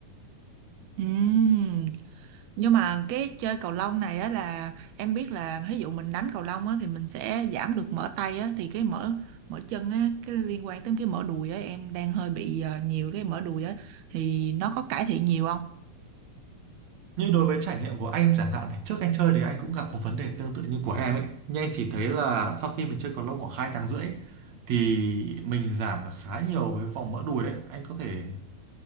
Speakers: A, on the right; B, on the right.
A: Ừm, Nhưng mà cái chơi cầu lông này á là em biết là ví dụ mình đánh cầu lông á thì mình sẽ giảm được mỡ tay á thì cái mỡ mỡ chân á cái liên quan tới cái mỡ đùi á em đang hơi bị ờ, nhiều cái mỡ đùi á thì nó có cải thiện nhiều không?
B: như đối với trải nghiệm của anh chẳng hạn thì trước anh chơi thì anh cũng gặp một vấn đề tương tự như của em ấy nhưng anh chỉ thấy là sau khi mình chơi cầu lông khoảng hai tháng rưỡi thì mình giảm được khá nhiều với vòng mỡ đùi đấy anh có thể